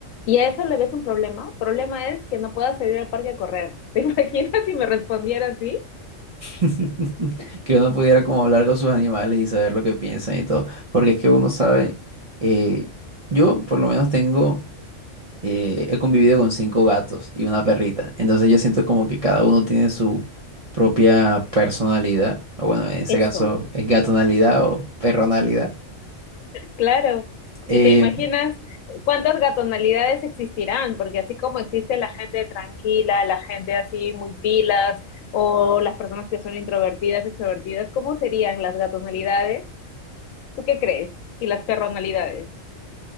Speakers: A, on the left; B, on the right.
A: ¿y a eso le ves un problema? Problema es que no pueda salir al parque a correr. <laughs> ¿Te imaginas si me respondiera así?
B: <laughs> Que uno pudiera como hablar con sus animales y saber lo que piensan y todo. Porque es que uno sabe, eh, yo por lo menos tengo... eh, he convivido con cinco gatos y una perrita. Entonces yo siento como que cada uno tiene su propia personalidad. O bueno, en ese
A: Eso,
B: caso es gatonalidad o perronalidad.
A: Claro.
B: Eh,
A: Y te imaginas cuántas gatonalidades existirán, porque así como existe la gente tranquila, la gente así muy pilas, o las personas que son introvertidas, extrovertidas, ¿cómo serían las gatonalidades? ¿Tú qué crees? Y las perronalidades.